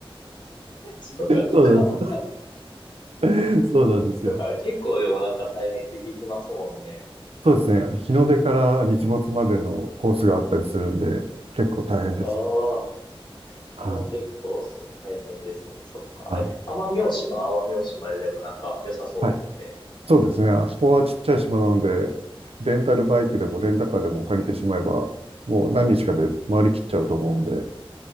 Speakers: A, on the left (about 50°); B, on the right (about 80°).
A: そうか、そうか。
B: そうなんです。<laughs> そうなんですよ。
A: だから結構でもなんか大変って聞きますもんね。
B: そうですね。日の出から日没までのコースがあったりするんで、
A: はいや、うん。
B: 結構大変です。
A: ああ、それは結構そう大変ですね。
B: はい。
A: そっか。
B: あ
A: え奄美大島、奄美大島ででもなんか良さそうですね。
B: はい。そうですね。あそこはちっちゃい島なので、レンタルバイクでもレンタカーでも借りてしまえば、もう何日かで回りきっちゃうと思うんで、